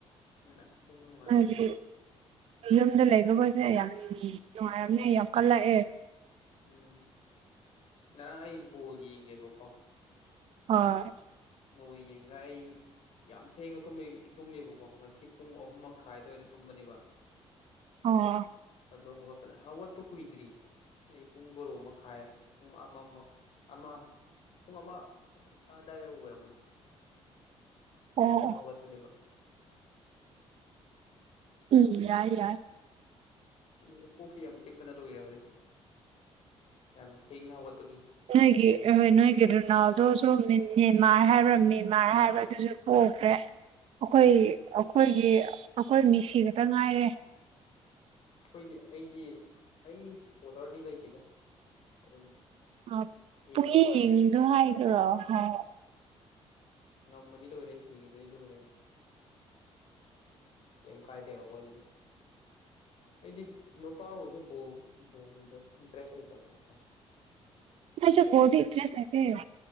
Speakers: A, on the left; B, on the right.
A: ꯎꯝ ꯑꯁ ꯇꯨꯝꯕ ꯅꯨꯡꯉꯥꯏꯕꯅꯤ
B: ꯍꯥꯏꯗꯤ ꯌꯨꯝꯗ ꯂꯩꯕꯒꯁꯦ ꯌꯥꯝ ꯅꯨꯡꯉꯥꯏꯔꯝꯅꯦ ꯌꯥꯝ ꯀꯜꯂꯛꯑꯦ
A: ꯎꯝ ꯉꯔꯥꯡ ꯑꯩ ꯕꯣꯜ ꯌꯦꯡꯒꯦꯕꯀꯣ
B: ꯍꯣꯏ
A: ꯑꯣ ꯌꯦꯡꯒ ꯑꯩ ꯌꯥꯝ ꯊꯦꯡꯉꯃꯦ ꯇꯨꯝꯃꯦꯕꯀꯣ ꯉꯁꯤ ꯄꯨꯡ ꯑꯍꯨꯝ ꯃꯈꯥꯏꯗꯋꯥꯏꯗ ꯇꯨꯝꯕꯅꯦꯕ
B: ꯑꯣ
A: ꯑꯗꯣ ꯍꯧꯒꯠꯄꯅ ꯍꯧꯒꯠꯄ ꯀꯨꯏꯗ꯭ꯔꯤ ꯑꯩ ꯄꯨꯡ ꯕꯣꯔꯣ ꯃꯈꯥꯏ ꯄꯨꯡ ꯑꯃꯃ ꯑꯃ ꯄꯨꯡ ꯑꯃ ꯗꯥꯏꯔꯦꯛ ꯑꯣꯏꯔꯝꯃꯣꯅꯦ
B: ꯑꯣ
A: ꯑꯗꯨꯗ ꯍꯧꯒꯠꯄꯅꯦꯕ
B: ꯎꯝ ꯌꯥꯏ ꯌꯥꯏ
A: ꯑꯦ ꯀꯣꯛꯐꯤ ꯌꯥꯝ ꯆꯤꯛꯄꯅ ꯂꯣꯏꯔꯦ ꯍꯧꯖꯤꯛꯇꯤ ꯌꯥꯝ ꯊꯦꯡꯅ ꯍꯧꯒꯠꯄꯒꯤ
B: ꯅꯣꯏꯒꯤ ꯑꯥꯍꯣꯏ ꯅꯣꯏꯒꯤ ꯔꯣꯅꯥꯜꯗꯁꯨ ꯃꯦꯟꯃꯥꯔ ꯍꯥꯏꯕ꯭ꯔꯥ ꯃꯦꯟꯃꯥꯔ ꯍꯥꯏꯕ꯭ꯔꯥ ꯑꯗꯨꯁꯨ ꯄꯣꯛꯈ꯭ꯔꯦ
A: <inaudible>
B: ꯑꯩꯈꯣꯏ ꯑꯩꯈꯣꯏꯒꯤ ꯑꯩꯈꯣꯏ ꯃꯤꯁꯤ ꯈꯛꯇ ꯉꯥꯏꯔꯦ
A: ꯑꯩꯈꯣꯏꯗꯤ ꯑꯩꯗꯤ ꯑꯩꯒꯤ ꯁꯞꯄꯣꯔꯇꯔꯗꯤ ꯂꯩꯇꯦꯗ ꯑꯗꯨꯝ
B: <unintelligible>
A: ꯌꯦꯡꯕ ꯋꯥꯅꯦꯕ ꯉꯝꯃꯗꯤ ꯂꯣꯏꯔꯦ ꯁꯤꯒꯗꯗꯤ ꯂꯣꯏꯔꯦ ꯀꯩꯝ ꯀꯥꯏꯗꯦꯕ ꯑꯩꯈꯣꯏꯗꯗꯤ ꯑꯩꯗꯤ ꯅꯨꯄꯥ ꯑꯣꯏꯁꯨ ꯕꯣꯜ ꯕꯣꯜꯗ ꯏꯟꯇꯔꯦꯁ ꯂꯩꯇꯕ ꯍꯥꯏꯇꯥꯔꯦ
B: ꯑꯩ ꯆꯀꯣꯜꯗꯤ ꯏꯇ꯭ꯔꯦꯁ ꯂꯩꯇꯦ